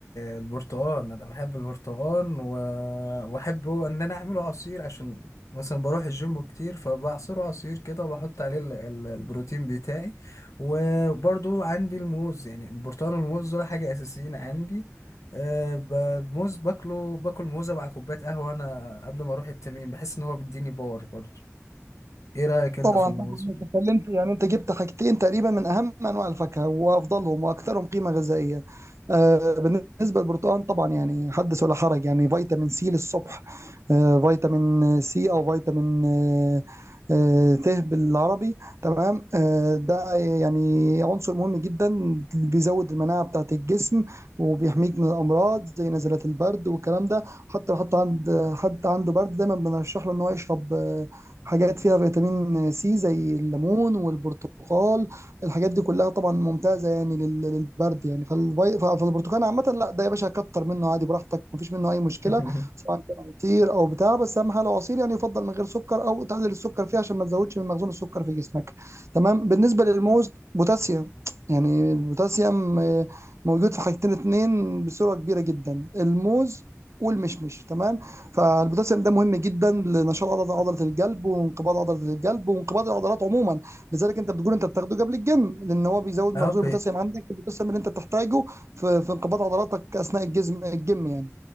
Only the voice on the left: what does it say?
البرتقال انا بحب البرتقال و... واحبه ان انا اعمله عصير عشان مثلا بروح الجيم كتير فبعصره عصير كده وبحط عليه ال- ال- البروتين بتاعي وبرضو عندي الموز يعني البرتقال والموز دول حاجة اساسيين عندي آه، ب- الموز باكله باكل موزة مع كوباية قهوة انا قبل ما اروح التمرين بحس ان هو بيديني باور برضو ايه رأيك انت
في الموز
وال-
<laughs>
اه